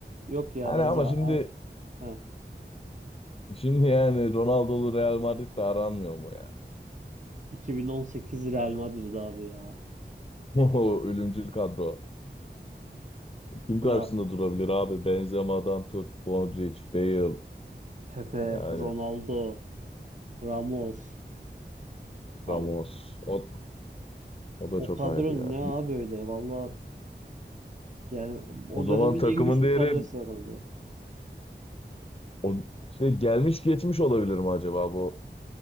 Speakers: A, on the right; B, on the left.
A: Yok ya
B: Yani
A: bence
B: ama
A: Ar
B: şimdi
A: ha,
B: şimdi yani Ronaldo'lu Real Madrid'de aranmıyor mu ya?
A: 2018 Real Madrid abi ya.
B: <laughs> O ölümcül kadro. Kim
A: Ya
B: karşısında durabilir abi? Benzema'dan tut, Modric, Bale
A: Pepe,
B: yani.
A: Ronaldo, Ramos. Abi,
B: Ramos. O, o da çok
A: o kadro
B: ayrı ya.
A: ne abi
B: Bir-
A: öyle? Valla yani o
B: O zaman
A: dönemin
B: takımın
A: en güçlü
B: değeri
A: kadrosu herhalde.
B: o, işte gelmiş geçmiş olabilir mi acaba bu?